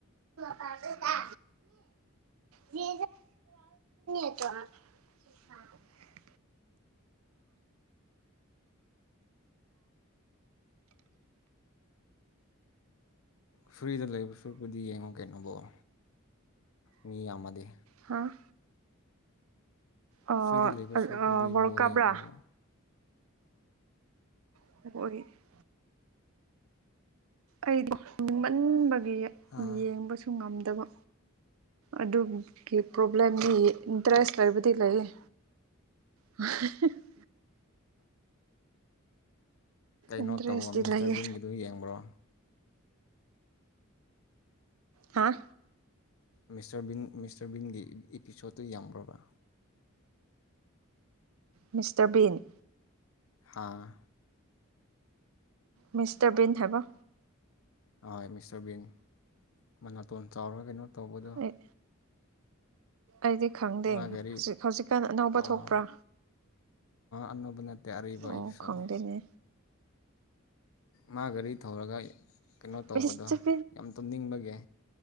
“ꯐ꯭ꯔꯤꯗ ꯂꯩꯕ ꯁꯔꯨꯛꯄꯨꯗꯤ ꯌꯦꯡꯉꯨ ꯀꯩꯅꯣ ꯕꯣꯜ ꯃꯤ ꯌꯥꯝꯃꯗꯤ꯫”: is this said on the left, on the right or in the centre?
Left